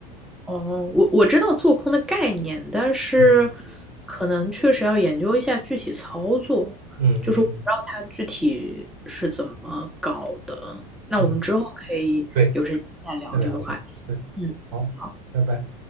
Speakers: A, in the centre; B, on the right.
A: 哦，我我知道做空的概念，但是
B: 嗯
A: 可能确实要研究一下具体操作，
B: 嗯嗯嗯
A: 就是我不知道它具体是怎么搞的。那我们之后可以有时间再聊这个话题。
B: 嗯，对，再聊一下，对，
A: 嗯。
B: 好，
A: 好。
B: 拜拜。